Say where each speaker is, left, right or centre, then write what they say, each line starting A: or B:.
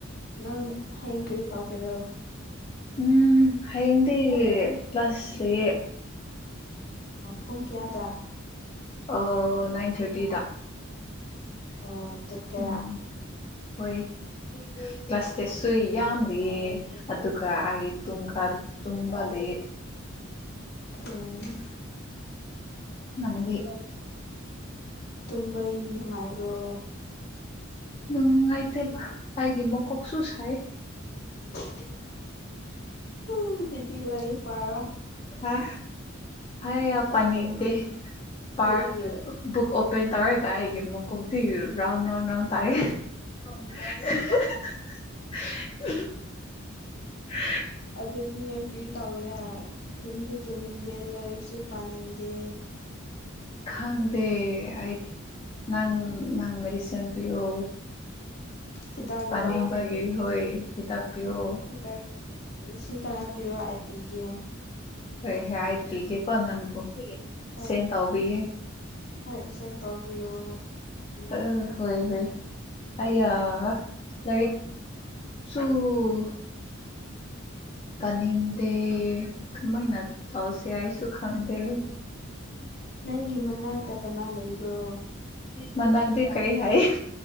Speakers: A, on the left; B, on the left.
A: ꯅꯪ ꯍꯌꯦꯡ ꯀꯔꯤ ꯇꯥꯎꯒꯦꯔꯣ
B: ꯎꯝ ꯍꯌꯦꯡꯗꯤ ꯀ꯭ꯂꯥꯁ ꯂꯩꯌꯦ
A: ꯄꯨꯡ ꯀꯌꯥꯗ
B: ꯑꯣ ꯅꯥꯏꯟ ꯊꯥꯔꯇꯤꯗ
A: ꯑꯣ ꯆꯠꯀꯦꯔꯥ꯫
B: ꯎꯝ ꯍꯣꯏ ꯀ꯭ꯂꯥꯁ ꯇꯦꯁꯁꯨ ꯌꯥꯝꯗꯤꯌꯦ ꯑꯗꯨꯒ ꯑꯩ ꯇꯨꯝꯈꯜ ꯇꯨꯝꯋꯂꯤꯌꯦ
A: ꯎꯝ
B: ꯅꯪꯗꯤ
A: ꯇꯨꯝꯕ ꯌꯨꯡ ꯅꯨꯡꯉꯥꯏꯕ꯭ꯔꯣ
B: ꯅꯨꯡꯉꯥꯏꯇꯦꯕ ꯑꯩꯥꯒꯤ ꯃꯀꯣꯛꯁꯨ ꯁꯥꯏ
A: <unintelligible> ꯄꯔꫭ
B: ꯑ ꯑꯩ
A: ꯄꯥꯔꯣ
B: ꯄꯅꯤꯗꯦ
A: ꯑꯗꯨꯗꯤ
B: ꯄ
A: ꯀꯔꯤꯒꯤ
B: ꯕꯨꯛ ꯑꯣꯄꯟ ꯇꯧꯔꯦꯒ ꯑꯩ ꯃꯀꫭꯛꯇꯤ ꯔꯥꯎꯟ ꯔꯥꯎꯟ ꯔꯥꯎꯟ ꯇꯥꯏ <inaudible> <inaudible>
A: ꯑꯗꯨꯗꯤ ꯌꯣꯛꯀ꯭ꯔꯤ ꯇꯧꯒꯔ ꯇꯨꯡꯁꯨ ꯇꯨꯅꯤꯡꯗꯦ ꯂꯥꯏꯔꯤꯛꯁꯨ ꯄꯥꯅꯤꯡꯗꯦ
B: ꯈꯪꯗꯦ ꯑꯩꯗꯤ ꯅꯪ ꯅꯪ ꯃꯦꯗꯤꯁꯤꯟ ꯄꯤꯌꯣ
A: ꯍꯤꯗꯥꯛꯔꯣ
B: ꯄꯅꯤꯕꯒꯤ ꯍꫭꯏ ꯇꯥꯛ ꯄꯤꯌꯣ
A: ꯍꯇꯛ ꯂꯤꯁꯤꯡ ꯇꯔꯥ ꯄꯤꯔꯣ ꯑꯩꯥꯏ ꯄꯤꯒꯦ
B: ꯍꯦ ꯍꯥꯏ ꯄꯤꯒꯦ ꯀꯅꯕꯨ
A: ꯍꯣꯏ
B: ꯁꯦꯟꯠ ꯇꯧꯕꯤꯒꯦ
A: ꯍꯣꯏ ꯁꯦꯟꯌ ꯇꯧꯕꯤꯌꯣ
B: ꯑ ꯍꯣꯏ ꯍꯣꯏ ꯑꯌꯥ ꯂꯔꯤꯛ ꯁꯣ ꯄꯥꯅꯤꯡꯗꯦ ꯀꯃꯥꯏꯅ ꯇꯧꯁꯦ ꯑꯩꯁꯨ ꯈꯪꯗꯦ
A: ꯅꯪꯒꯤ ꯃꯅꯥꯛꯇ ꯀꯅꯥ ꯂꯩꯕ꯭ꯔꯣ
B: ꯃꯅꯥ ꯑꯒꯗꯤ ꯀꯩ ꯍꯥꯏ